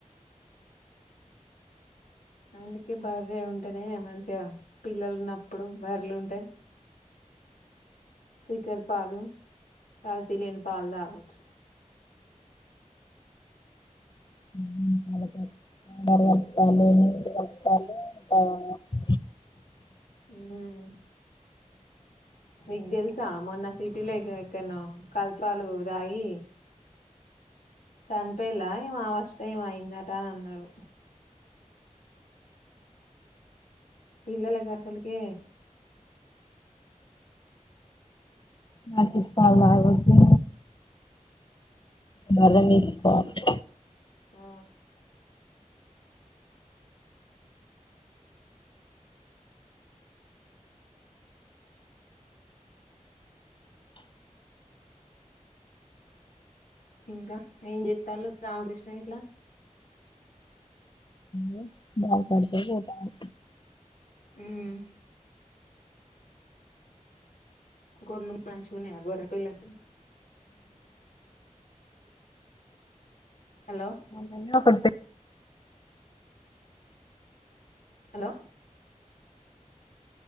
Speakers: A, on the left (about 90°); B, on the left (about 35°).
A: అందుకే బర్రె ఉంటేనే మంచిగా పిల్లలు ఉన్నప్పుడు బర్ల్ ఉంటే చిక్కరి పాలు కల్తీ లేని పాలు తాగొచ్
B: <unintelligible>
A: ఊమ్ నిక్ తెలుసా మొన్న సిటీలో ఇక్క ఎక్కనో కల్తీ పాలు తాగి చనిపేలా ఏం అవష్ పోయి ఎమో అయిందంట అని అన్నారు పిల్లలకి అసల్కె
B: నటి పాల్ తాగొద్దే
A: మ్మ్.
B: బర్రె తీసుకోవాలె
A: ఆ ఇంకా ఏం చెతాలు రామకృష్ణ ఇట్లా
B: ఉ బాగుపడితే పొతామని
A: ఉమ్ గొర్లు మంచిగ ఉన్నయ గొర్రె పిల్లలు హలో
B: మొన్ననే ఒకటి
A: హలొ